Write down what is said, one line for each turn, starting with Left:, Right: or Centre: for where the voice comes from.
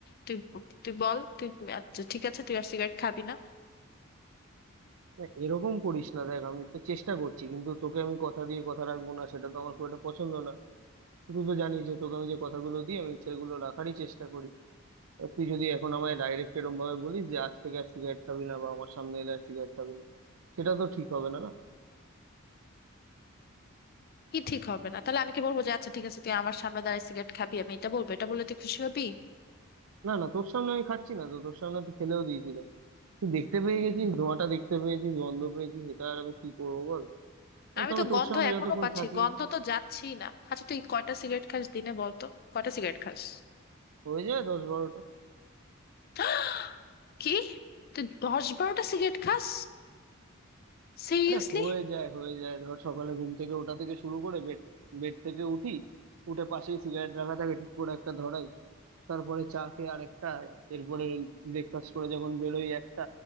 Left: তুই তুই বল তুই আচ্ছা ঠিক আছে তুই আর সিগারেট খাবি না
Right: না এরকম করিস না দেখ আমি তো চেষ্টা করছি কিন্তু তোকে আমি কথা দিয়ে কথা রাখবো না সেটা তো আমার খুব একটা পছন্দ না তুই তো জানিস যে তোকে আমি যে কথাগুলো দিই আমি সেগুলো রাখারই চেষ্টা করি আর তুই যদি এখন আমায় ডাইরেক্ট এরকম ভাবে বলিস যে আজ থেকে আর সিগারেট খাবি না বা আমার সামনে এলে আর সিগারেট খাবি না সেটা তো ঠিক হবে না না
Left: কি ঠিক হবে না তাহলে আমি কি বলবো যে আচ্ছা ঠিক আছে তুই আমার সামনে দাঁড়ায় সিগারেট খাবি আমি এটা বলবো এটা বললে তুই খুশি হবি
Right: না না তোর সামনে আমি খাচ্ছি না তো তোর সামনে তো ফেলেও দিয়েছিলাম তুই দেখতে পেয়ে গেছিস ধোঁয়াটা দেখতে পেয়েছিস গন্ধ পেয়েছিস সেটা আর আমি কি করবো বল
Left: আমি
Right: তবে
Left: তো
Right: তোর
Left: গন্ধ
Right: সামনে
Left: এখনো
Right: যতক্ষণ
Left: পাচ্ছি
Right: থাকি
Left: গন্ধ তো যাচ্ছি না আচ্ছা তুই কয়টা সিগারেট খাস দিনে বলতো কয়টা সিগারেট খাস
Right: হয়ে যায় দশ বারোটা
Left: <gasps> কি তুই দশ বারোটা সিগারেট খাস সিরিয়াসলি
Right: আরে হয়ে যায় হয়ে যায় ধর সকালে ঘুম থেকে ওঠা থেকে শুরু করে বেড বেড থেকে উঠি উঠে পাশেই সিগারেট রাখা থাকে ঠিক করে একটা ধরাই তারপরে চা খেয়ে আরেকটা এরপরে ব্রেকফাস্ট করে যখন বেরোই একটা